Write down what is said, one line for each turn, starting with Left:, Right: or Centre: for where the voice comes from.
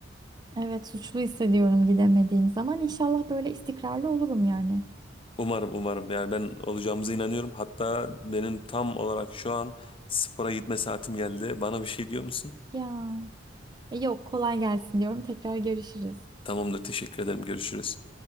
Right: Evet suçlu hissediyorum gidemediğim zaman. İnşallah böyle istikrarlı olurum yani.
Left: Umarım umarım yani ben olacağımıza inanıyorum. Hatta benim tam olarak şu an spora gitme saatim geldi. Bana bir şey diyor musun?
Right: Ya. E, Yok kolay gelsin diyorum. Tekrar görüşürüz.
Left: Tamamdır teşekkür ederim görüşürüz.